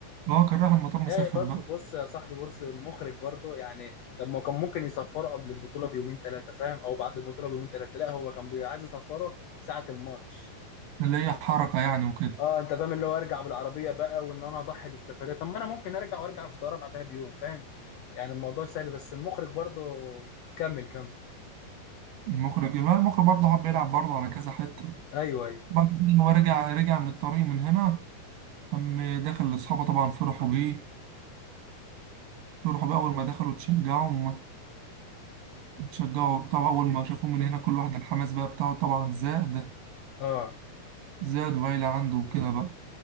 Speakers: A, on the right; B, on the left.
A: هو كان رايح المطار مسافر
B: يعني برضه
A: بقى
B: بص يا صاحبي بص مخرج برضه يعني طب ما كان ممكن يصفره قبل البطوله بيومين ثلاثه فاهم او بعد البطوله بيومين ثلاثه لا هو كان بي- عايز يصفره ساعه الماتش
A: اللي هي حركة يعني وكده
B: اه انت فاهم اللي هو ارجع بالعربيه بقى وان انا اضحي بالسفريه طب ما انا ممكن ارجع وارجع في طياره بعدها بيوم فاهم يعني الموضوع سهل بس المخرج برضه كمل كمل
A: المخرج المخرج برضه حب يلعب برضه على كذا حتة
B: ايوه ايوه
A: بعد كده هو رجع رجع من الطريق من هنا تم دخل لأصحابه طبعا فرحوا بيه فرحوا بيه أول ما دخلوا اتشجعوا هما اتشجعوا بتاع أول ما شافوه من هنا كل واحد الحماس بقى بتاعه طبعا زاد
B: اه
A: زاد وعيلة عنده وكده بقى